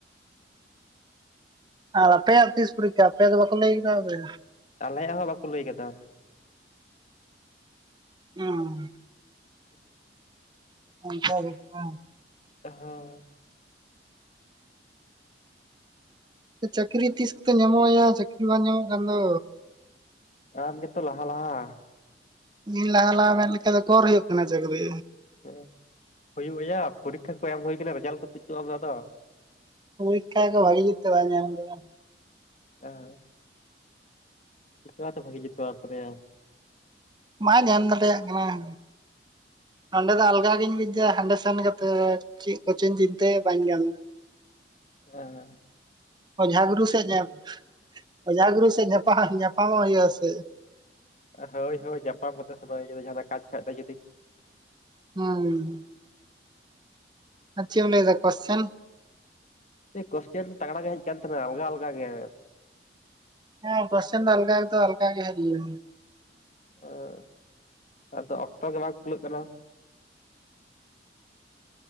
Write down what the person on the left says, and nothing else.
ᱟᱞᱮᱭᱟᱜ ᱦᱚᱸ ᱵᱟᱠᱚ ᱞᱟᱹᱭ ᱟᱠᱟᱫᱟ᱾
<unintelligible>
ᱦᱮᱸ
ᱟᱢ ᱜᱮᱛᱚ ᱞᱟᱦᱟ ᱞᱟᱦᱟ,
ᱦᱮᱸ ᱦᱩᱭᱩᱜ ᱟᱭᱟ ᱯᱚᱨᱤᱠᱠᱷᱟ ᱠᱚ ᱮᱢ ᱦᱩᱭ ᱟᱠᱟᱱᱟ ᱨᱮᱡᱟᱞᱴ ᱠᱚ ᱛᱩᱜᱼᱦᱚᱪᱚᱜ-ᱟᱜ ᱢᱮ ᱟᱫᱚ,
<unintelligible> ᱪᱤᱠᱟᱹᱛᱮ ᱵᱷᱟᱜᱤ ᱡᱩᱛ ᱵᱟᱢ ᱮᱢ ᱠᱟᱫᱟᱭᱟ?
ᱚᱻ
ᱦᱳᱣ, ᱦᱳᱣ, ᱧᱟᱯᱟᱢ ᱠᱟᱛᱮ ᱥᱮᱱᱚᱜ ᱦᱤᱡᱩᱜ ᱢᱮ ᱡᱟᱦᱟᱸᱱᱟᱜ ᱠᱟᱡ ᱠᱷᱟᱱ ᱫᱚ ᱡᱩᱫᱤ
ᱮ ᱠᱳᱥᱪᱤᱮᱱ ᱛᱟᱜᱽᱲᱟ ᱜᱮ ᱦᱮᱡ ᱟᱠᱟᱱ ᱛᱟᱦᱮᱸᱱᱟ ᱟᱞᱜᱟ, ᱟᱞᱜᱟ ᱜᱮ᱾
ᱮᱸ ᱟᱫᱚ ᱚᱠᱛᱚ ᱜᱮ ᱵᱟᱝ ᱠᱷᱩᱞᱟᱹᱜ ᱠᱟᱱᱟ᱾